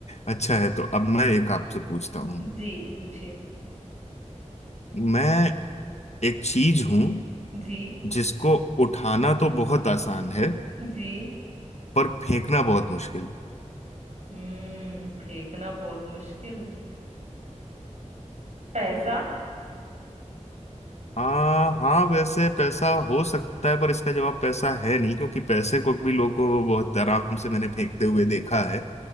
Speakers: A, on the left; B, on the right.
A: अच्छा है तो अब मैं एक आपसे पूछता हूँ
B: जी पूछिए
A: मैं एक चीज हूं
B: जी
A: जिसको उठाना तो बहुत आसान है
B: जी
A: पर फेंकना बहुत मुश्किल
B: हम्म फेंकना बहुत मुश्किल पैसा
A: आ, हाँ वैसे पैसा हो सकता है पर इसका जवाब पैसा है नहीं क्योंकि पैसे को भी लोगों को बहुत आराम से मैंने फेंकते हुए देखा है